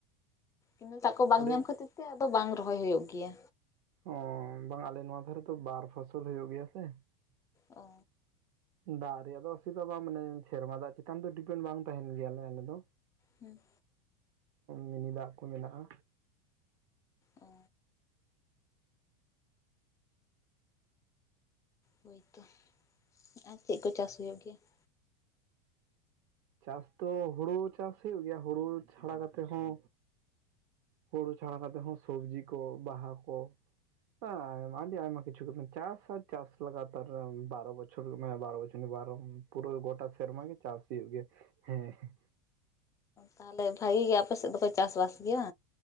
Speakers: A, on the left; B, on the right.
A: ᱤᱱᱟᱹ ᱫᱟᱜ ᱠᱚ ᱵᱟᱝ
B: ᱟᱞᱮ
A: ᱧᱟᱢ ᱠᱷᱟᱹᱛᱤᱨ ᱛᱮ ᱟᱫᱚ ᱵᱟᱝ ᱨᱚᱦᱚᱭ ᱦᱩᱭᱩᱜ ᱜᱮᱭᱟ
B: ᱚ ᱵᱟᱝ ᱟᱞᱮ ᱱᱚᱣᱟ ᱫᱷᱟᱨᱮ ᱛᱚ ᱵᱟᱨ ᱯᱷᱚᱥᱚᱞ ᱦᱩᱭᱩᱜ ᱜᱮᱭᱟ ᱥᱮ
A: ᱚ
B: ᱫᱟᱜ ᱨᱮᱭᱟᱜ ᱫᱚ ᱚᱥᱩᱵᱤᱫᱟ ᱵᱟᱝ ᱢᱟᱱᱮ ᱥᱮᱨᱢᱟ ᱫᱟᱜ ᱪᱮᱛᱟᱱ ᱫᱚ ᱰᱤᱯᱮᱱᱰ ᱵᱟᱝ ᱛᱟᱦᱮᱱ ᱜᱮᱭᱟᱞᱮ ᱟᱞᱮ ᱫᱚ
A: ᱦᱮᱸ
B: ᱢᱤᱱᱤ ᱫᱟᱜ ᱠᱚ ᱢᱮᱱᱟᱜᱼᱟ
A: ᱚ ᱦᱳᱭᱛᱚ ᱟᱨ ᱪᱮᱫ ᱠᱚ ᱪᱟᱥ ᱦᱩᱭᱩᱜ ᱜᱮᱭᱟ
B: ᱪᱟᱥ ᱛᱚ ᱦᱩᱲᱩ ᱪᱟᱥ ᱦᱩᱭᱩᱜ ᱜᱮᱭᱟ ᱦᱩᱲᱩ ᱪᱷᱟᱲᱟ ᱠᱟᱛᱮᱫ ᱦᱚᱸ ᱦᱩᱲᱩ ᱪᱷᱟᱲᱟ ᱠᱟᱛᱮᱫ ᱦᱚᱸ ᱥᱚᱵᱡᱤ ᱠᱚ ᱵᱟᱦᱟ ᱠᱚ ᱦᱟᱸ ᱟᱹᱰᱤ ᱟᱭᱢᱟ ᱠᱤᱪᱩ ᱪᱟᱥ ᱟ ᱪᱟᱥ ᱞᱟᱜᱟ ᱛᱟᱨ ᱵᱟᱨᱚ ᱵᱪᱷᱚᱨ ᱢᱟᱱᱮ ᱵᱟᱨᱚ ᱵᱚᱪ ᱵᱟᱨᱚ ᱯᱩᱨᱟᱹ ᱜᱚᱴᱟ ᱥᱮᱨᱢᱟ ᱜᱮ ᱪᱟᱥ ᱦᱩᱭᱩᱜ ᱜᱮᱭᱟ ᱦᱮᱸ ᱦᱮᱸ᱾
A: ᱛᱟᱦᱚᱞᱮ ᱵᱷᱟᱜᱤ ᱜᱮ ᱟᱯᱮ ᱥᱮᱫ ᱫᱚᱯᱮ ᱪᱟᱥᱵᱟᱥ ᱜᱮᱭᱟ?